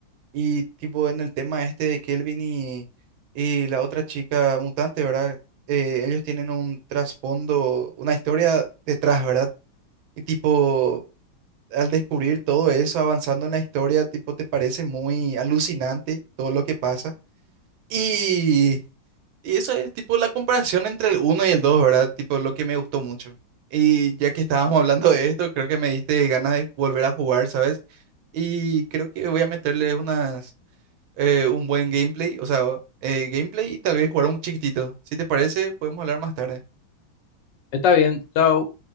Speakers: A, on the right; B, on the left.
A: Y tipo en el tema este de Kelvin y, y la otra chica mutante, ¿verdad? Eh, ellos tienen un trasfondo, una historia detrás, ¿verdad? Y tipo, al descubrir todo eso, avanzando en la historia, tipo, te parece muy alucinante todo lo que pasa. Y... Y eso es tipo la comparación entre el uno y el dos ¿verdad? Tipo lo que me gustó mucho. Y ya que estábamos hablando de esto, creo que me diste ganas de volver a jugar, ¿sabes? Y creo que voy a meterle unas, eh, un buen gameplay, o sea, eh, gameplay y tal vez jugar un chiquitito. Si te parece, podemos hablar más tarde.
B: Está bien, chao.